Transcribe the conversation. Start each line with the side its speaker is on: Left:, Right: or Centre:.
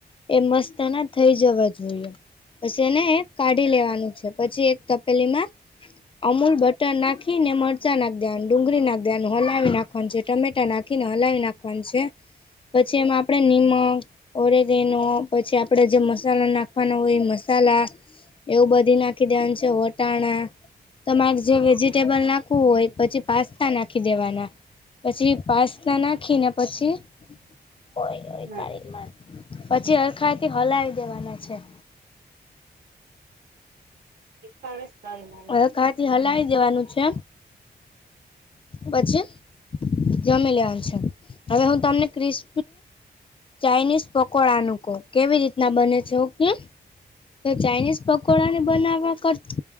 Left: એ મસ્તના થઈ જવા જોઈએ. પછી એને કાઢી લેવાનું છે, પછી એક તપેલીમાં અમૂલ બટર નાખીને મરચાંના ડુંગળી નાખી ધ્યાન હલાવી નાખવાનું છે, ટમેટા નાખી નાખીને હલાવી નાખવાનું છે, પછી એમાં આપણે નિમક ઓરેગઈનો પછી આપડે જે મસાલા નાખવાનો હોય એ મસાલા. એવું બધી નાખી દેનું છે વટાણા. તમારે જે વેજીિટેબલ નાખવું હોય પછી પાસ્તા નાખી દેવાના, પછી પાસના નાખીને પછી હોય હોય
Right: ના,
Left: તારીખ પછી અરખાયથી હલાવી દેવાના છે.
Right: એક પારસ તારીમા.
Left: હવે કાલથી હલાવી દેવાનું છે. પછી જમી લેવાનું છે. હવે હું તમને ક્રિસ્પ. ચાઇનીઝ પકોડાનું કહું કેવી રીતના બને છે ઓકેમ. તો ચાઇનીઝ પકોડાને બનાવવા કરતા